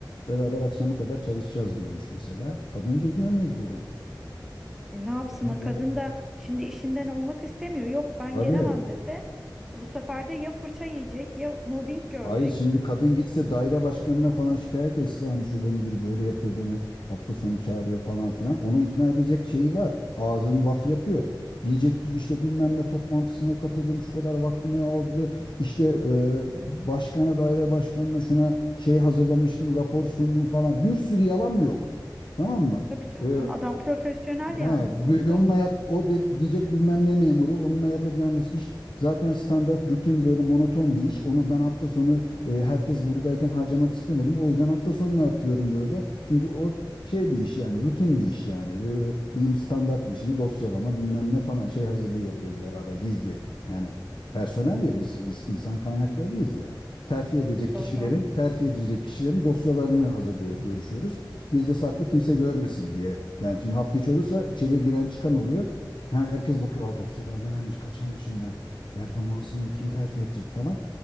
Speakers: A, on the left (about 75°); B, in the centre.
A: Beraber akşama kadar çalışacağız diyormuş mesela. Kadın geliyor mecburen.
B: E ne yapsın
A: Kadın
B: o
A: gel.
B: kadın da şimdi işinden olmak istemiyor. Yok ben
A: Tabii
B: gelemem dese bu sefer de ya fırça yiyecek ya mobbing görecek.
A: Hayır şimdi kadın gitse daire başkanına falan şikayet etse hani şube müdürü böyle yapıyor beni hafta sonu çağırıyor falan filan onu ikna edecek şeyi var. Ağzın laf yapıyor. Diyecek ki işte bilmem ne toplantısına katıldım şu kadar vaktimi aldı. İşte e, başkana daire başkanına şuna şey hazırlamıştım rapor sundum falan. Bir sürü yalan mı yok? Tamam mı?
B: Tabii canım
A: E,
B: adam profesyonel
A: he,
B: yani bu konuda.
A: bi- onunla yap o de, diyecek bilmem ne memuru onunla yapacağımız iş Zaten standart rutin böyle monoton bir iş. Onu ben hafta sonu e, herkes buradayken harcamak istemedim. O yüzden hafta sonuna atıyorum böyle. Çünkü o şey bir iş yani rutin bir iş yani. Ve- e, Bizim standart bir işimiz dosyalama bilmem ne falan şey hazırlığı yapıyoruz beraber gizli. Yani personel ya biz is- insan kaynaklarıyız ya. Terfi edecek
B: doğru
A: kişilerin, terfi edecek kişilerin dosyalarını hazırlıyoruz, görüşüyoruz. Gizli saklı kimse görmesin diye. Ben şimdi hafta içi olursa içeriye giren çıkan oluyor. Hem herkes bakıyor, Aa, dosyada ne vermiş, kaç almışım ben performansımla kim terfi edecek falan.